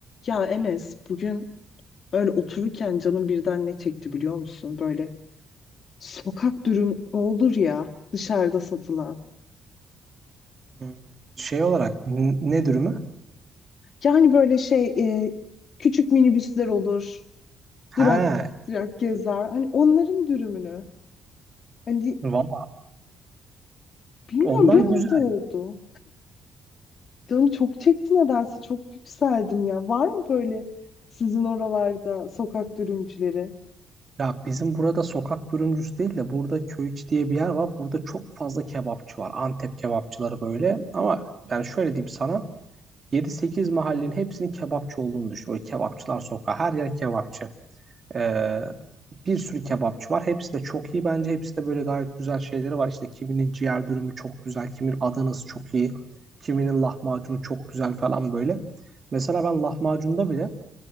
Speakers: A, on the left; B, on the right.
A: Ya Enes bugün öyle otururken canım birden ne çekti biliyor musun? Böyle sokak dürüm olur ya dışarıda satılan.
B: Hmm, Şey olarak n- ne dürümü?
A: Yani böyle şey e, küçük minibüsler olur.
B: Ha,
A: Durak durak gezer. Hani onların dürümünü. Hani
B: valla
A: bilmiyorum
B: onlar
A: bir
B: güzel.
A: anda oldu. Canım çok çekti nedense çok yükseldim ya. Var mı böyle sizin oralarda sokak dürümcüleri?
B: Ya bizim burada sokak dürümcüsü değil de burada Köyiç diye bir yer var. Burada çok fazla kebapçı var. Antep kebapçıları böyle. Ama ben şöyle diyeyim sana. yedi sekiz mahallenin hepsinin kebapçı olduğunu düşün. Böyle kebapçılar sokağı. Her yer kebapçı. Ee, bir sürü kebapçı var. Hepsi de çok iyi bence. Hepsi de böyle gayet güzel şeyleri var. İşte kiminin ciğer dürümü çok güzel, kiminin Adanası çok iyi, kiminin lahmacunu çok güzel falan böyle. Mesela ben lahmacunda bile